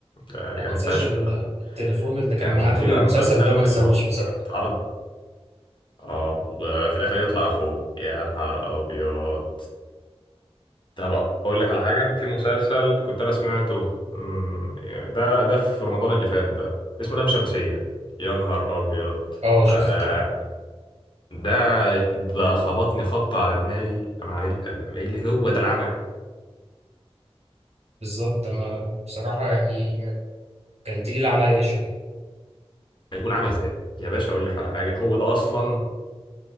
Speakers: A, on the left; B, on the right.
A: ده
B: ما
A: جامد
B: منساش
A: فشخ
B: ال-
A: بقى
B: التليفون اللي كان
A: كان
B: معاه طول
A: في بقى
B: المسلسل
A: مسلسل
B: ده
A: اللي
B: ما انساهوش
A: هو
B: بصراحه
A: اتعرض اه وفي الاخر يطلع اخوه يا نهار ابيض طب اقول لك على حاجه في مسلسل كنت انا سمعته مم، ده ده في رمضان اللي فات ده اسمه لام شمسيه يا نهار ابيض
B: اه شفته
A: انا
B: طبعا
A: ده ده خبطني خبطه على دماغي انا عامل أنا قايل لي هو ده العمل
B: بالظبط انا بصراحه يعني كان تقيل عليا شويه
A: هيكون عامل ازاي يا باشا اقول لك على حاجه هو ده اصلا